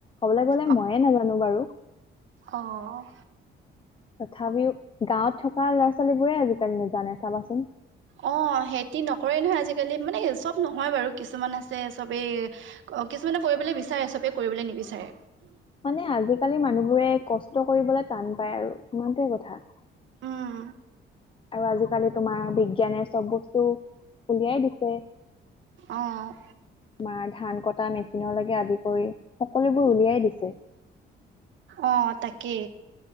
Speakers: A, on the left; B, on the right.
A: কবলৈ গ'লে
B: অ',
A: ময়ে নাজানো বাৰু।
B: অ'।
A: তথাপিও গাঁৱত থকা ল'ৰা- ছোৱা ৱালীবোৰে আজিকালি নেজানে চাবাচোন?
B: অ সেহতি নকৰে নহয় আজিকালি মানে চব নহয় বাৰু কিছুমান আছে চবেই অ কিছুমানে কৰিবলৈ বিচাৰে, চবে কৰিবলৈ নিবিচাৰে।
A: মানে আজিকালি মানুহবোৰে কষ্ট কৰিবলৈ টান পায় আৰু ইমানটোৱে কথা।
B: উম,
A: আৰু আজিকালি তোমাৰ বিজ্ঞানে চব বস্তু উলিয়াই দিছে।
B: অ',
A: তোমাৰ ধান কটা মে চিনলৈকে আদি কৰি সকলোবোৰ উলিয়াই দিছে।
B: অ তাকে।